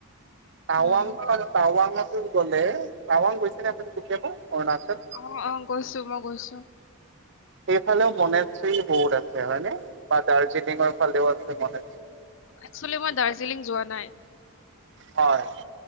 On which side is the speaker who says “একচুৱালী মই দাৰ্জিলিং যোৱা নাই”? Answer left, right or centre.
Left